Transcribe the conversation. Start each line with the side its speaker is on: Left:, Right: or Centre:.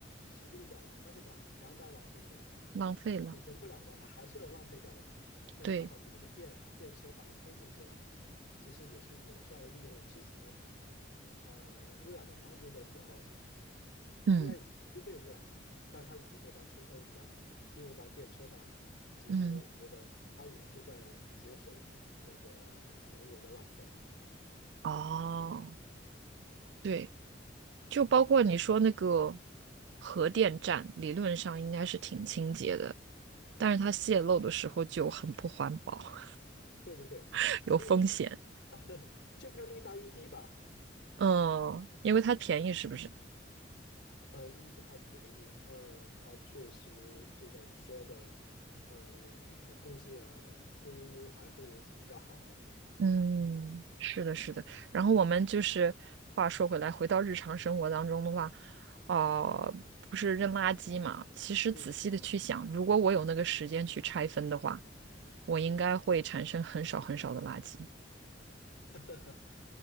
Left: 是用掉了，但是两两百瓦是什么？
Right: 浪费了，
Left: 补存不了的，它还是要浪费掉的。那刚好这个时候电电车把它冲进去了，
Right: 对，
Left: 其实也是有效利用之前呃污染的环境的时候，
Right: 嗯
Left: 虽然已经被污染了，但它已经被它充分什么利用到电车上了。其实我觉得它也是在节省那个能源的浪费。
Right: 嗯，哦，对，就包括你说那个核电站，理论上应该是挺清洁的，但是它泄漏的时候就很不环保，
Left: 对对对，
Right: <laughs>
Left: 还是要呢，
Right: 有风险。
Left: <laughs> 就看利大于弊吧。
Right: 嗯，因为它便宜，是不是？
Left: 嗯，一是它便宜，二它确实就像你说的，嗯，可控性啊都还是比较好的。
Right: 嗯，是的，是的。然后我们就是话说回来，回到日常生活当中的话，哦、不是扔垃圾嘛？其实仔细的去想，
Left: 嗯，
Right: 如果我有那个时间去拆分的话，我应该会产生很少很少的垃圾，
Left: <laughs>